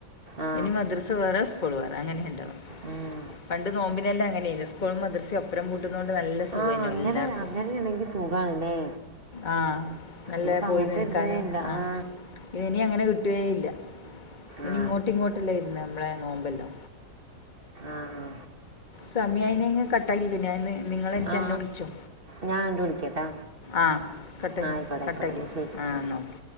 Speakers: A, on the right (about 30°); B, on the left (about 25°).
A: ആ
B: ഇനി മദ്രസ് വേറെ സ്കൂൾ വേറെ അങ്ങനെയ ഉണ്ടാവ
A: ഉം
B: പണ്ട് നോമ്പിനെല്ലാം അങ്ങനെ സ്കൂൾ മദ്രസ ഒപ്പും പൂട്ടി പൂട്ടുന്നോണ്ട് നല്ല സുഖയ്നു
A: ആ അങ്ങനെ
B: എല്ലാവർക്കും
A: അങ്ങനെയാണെങ്കിൽ സുഖമാണല്ലേ
B: ആഹ് നല്ല
A: ഇതിപ്പോൾ
B: പോയി
A: അങ്ങനത്തെ
B: നിൽക്കാനും
A: ഇരുന്നേ ഇല്ല
B: ആഹ്
A: ആ
B: ഇത് ഇനി അങ്ങനെ കിട്ടുകേ ഇല്ല ഇനി
A: ആ
B: ഇങ്ങോട്ടി ഇങ്ങോട്ടല്ലേ ഇരുന്നു നമ്മളെ നോുമ്പല്ലോ
A: ആഹ്
B: സമയം ആയിനനെങ്കിൽ കട്ടാക്കിക്കോ. ഞന്ന് നിങ്ങള എനെ
A: ആ
B: തന്നെ വിളിച്ചോ.
A: ഞാൻ ഉണ്ട് വിളിക്കട്ടാ
B: ആഹ് കട്ട്
A: ആ ആയിക്കോട്ടെ
B: കട്ട്
A: ആയിക്കോട്ടെ എന്നാൽ ശരി
B: ആ
A: ഉം.
B: നോക്ക